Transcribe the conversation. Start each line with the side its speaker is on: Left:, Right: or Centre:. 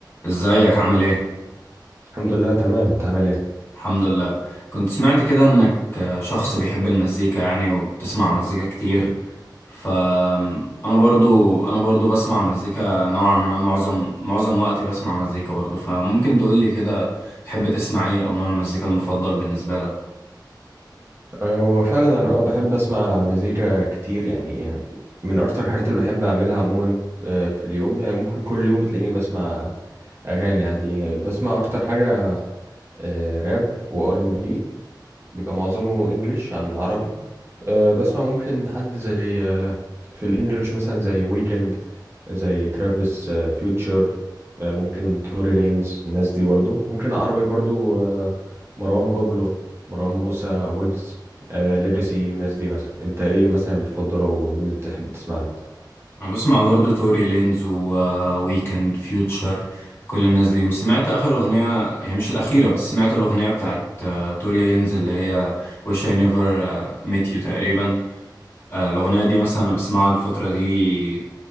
Left: ازيك عامل ايه؟
Right: الحمد لله تمام انت عامل ايه
Left: الحمد لله كنت سمعت كده انك شخص بيحب المزيكا يعني وبتسمع مزيكا كتير ف انا برضو انا برضو بسمع مزيكا نوعا ما معظم معظم وقتي بسمع مزيكا برضو فممكن تقول لي كده تحب تسمع ايه او نوع المزيكا المفضل بالنسبة لك
Right: أه وفعلا انا اه بحب اسمع مزيكا كتير يعني من اكتر الحاجات اللي بحب اعملها عموما أه في اليوم يعني ممكن كل يوم بتلاقيني بسمع اغاني عادي بسمع اكتر حاجه أه راب وار ام بي بيبقى معظمه انجليش عن العربي أه بسمع ممكن حد زي آه، في الانجليش مثلا زي ويكند زي ترافيس آه، فيوتشر آه، ممكن توري لينز الناس دي برضو ممكن عربي برضو آه، مروان بابلو مروان موسى ويجز آه، ليجاسي الناس دي مثلا انت ايه مثلا بتفضله ومين اللي بتحب تسمع له
Left: انا بسمع برضو توري لينز وويكند فيوتشر كل الناس دي سمعت اخر اغنية هي مش الاخيرة بس سمعت الاغنية بتاعت آه، توري لينز اللي هي Wish I Never آه، Met You تقريبا آه، الأغنية دي مثلا أنا بسمعها الفترة دي